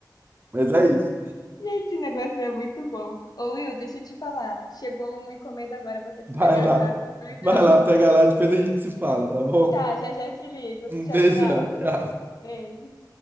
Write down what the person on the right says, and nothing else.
Mas é isso.
Vai
lá.
Vai lá, pega lá, depois a gente se fala, tá bom?
Um
beijão,
tchau.